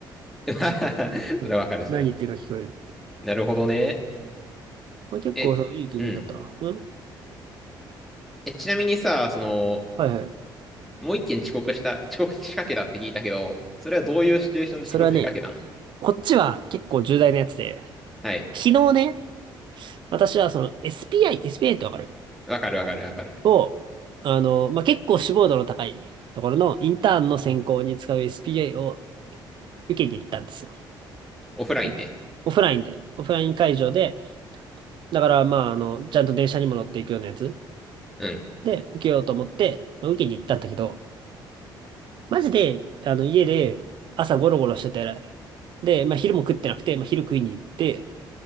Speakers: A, in the centre; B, on the right (about 65°).
A: <laughs>
B: うん、
A: それはわかる、それは。
B: 何言ってるか聞こえる。
A: なるほどね。
B: まあ結構そう、
A: え、
B: いい経験だったな。
A: うん。
B: うん
A: え、ちなみにさ、その、
B: はいはい。
A: もう一件遅刻した、遅刻仕掛けたって聞いたけど、それはどういうシチュエーションで遅刻仕掛けたの
B: それはね、こっちは結構重大なやつで、
A: はい。
B: 昨日ね、私はその SPI、SPI ってわかる
A: わかるわかるわかる。
B: を、あの、まあ、結構志望度の高いところのインターンの選考に使う SPI を受けに行ったんですよ。
A: オフラインで。
B: ね。オフラインで、オフライン会場で、だからまあ、あの、ちゃんと電車にも乗っていくようなやつ
A: うん。
B: で受けようと思って、まあ、受けに行ったんだけど、マジで、あの、家で朝ゴロゴロしてて、で、まあ、昼も食ってなくて、まあ、昼食いに行って、って